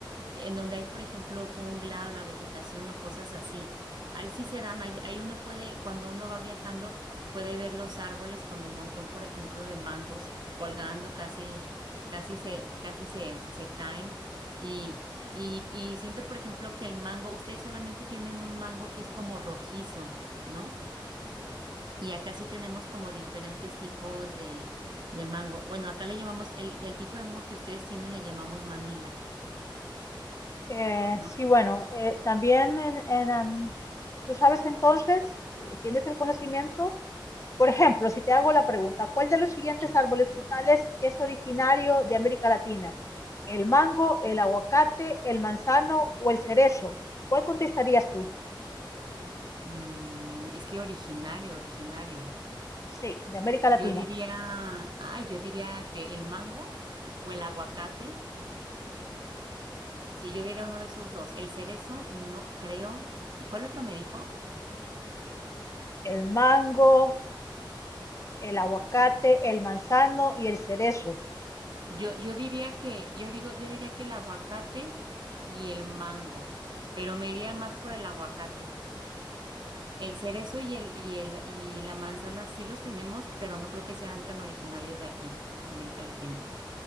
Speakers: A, on the right; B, on the left.
A: en donde hay, por ejemplo, jungla o la vegetación o cosas así. Ahí sí se dan, ahí, ahí uno puede, cuando uno va viajando, puede ver los árboles con el montón, por ejemplo, de mangos colgando, casi, casi se, casi se, se caen. Y, y, y siento, por ejemplo, que el mango, ustedes solamente tienen un mango que es como rojizo, ¿no? Y acá sí tenemos como diferentes tipos de, de mango. Bueno, acá le llamamos, el, el tipo de mango que ustedes tienen le llamamos Manila,
B: Eh,
A: ¿no?
B: sí, bueno, eh, también en, en, am, ¿tú sabes entonces, eh, tienes el conocimiento Por ejemplo, si te hago la pregunta, ¿cuál de los siguientes
A: Sí.
B: árboles frutales es originario de América Latina? ¿El mango, el aguacate, el manzano o el cerezo? ¿Cuál contestarías tú?
A: Mm, es que originario, originario.
B: Sí, de América Latina.
A: Yo diría, ay, yo diría que el mango o el aguacate. Sí, yo diría uno de esos dos. El cerezo, no creo. ¿Y cuál otro me dijo?
B: El mango, el aguacate, el manzano y el cerezo.
A: Yo, yo diría que, yo digo, yo diría que el aguacate y el mango, pero me iría más por el aguacate. El cerezo y el, y el, y la manzana sí los tenemos, pero no creo que sean tan originarios de aquí, de América Latina.